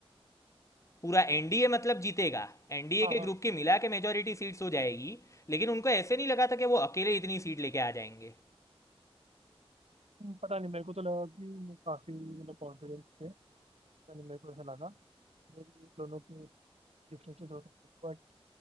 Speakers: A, on the left; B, on the right.
A: पूरा एनडीए मतलब जीतेगा एनडीए
B: हाँ
A: के
B: हाँ
A: ग्रुप की मिला के मेजोरिटी सीट्स हो जाएगी लेकिन उनको ऐसे नहीं लगा था कि वो अकेले इतनी सीट लेके आ जाएंगे
B: हम्म, पता नहीं मेरे को तो लगा कि वो काफी मतलब कॉन्फिडेंस थे पता नहीं मेरे को ऐसा लगा मे बी दोनों के डिफरेंसेस हो सकते हैं बट